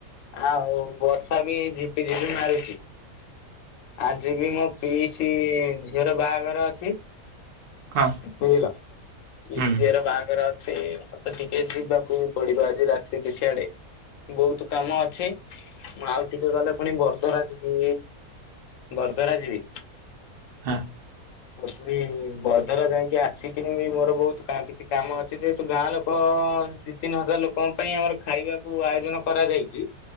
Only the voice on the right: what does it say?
ହଁ
ହୁଁ
ହଁ